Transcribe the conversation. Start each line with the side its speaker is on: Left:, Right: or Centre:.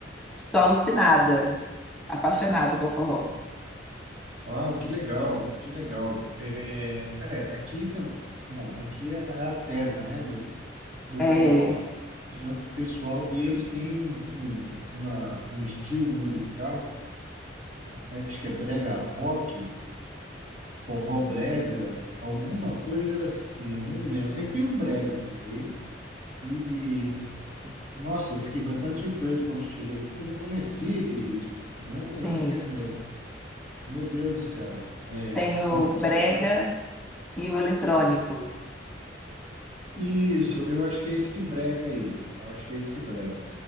Centre: sou alucinada, apaixonada com forró.
Right: Uau, que legal, que legal. É, aqui também. Bom, aqui é é a terra, né, do, do
Centre: É,
Right: forró. Aqui, região pessoal, e eles têm um, um, uma- um estilo musical, é, acho que é brega rock, forró brega, alguma coisa assim, eu não me lembro. Eu sei que tem um brega no meio, e, Nossa, eu fiquei bastante surpreso quando cheguei aqui, que eu não conhecia esse ritmo. Não conhecia
Centre: sim.
Right: mesmo. Meu Deus do céu. É,
Centre: Tem o
Right: onde você
Centre: brega
Right: vai?
Centre: e o eletrônico.
Right: Isso, eu acho que é esse brega aí. Eu acho que é esse brega.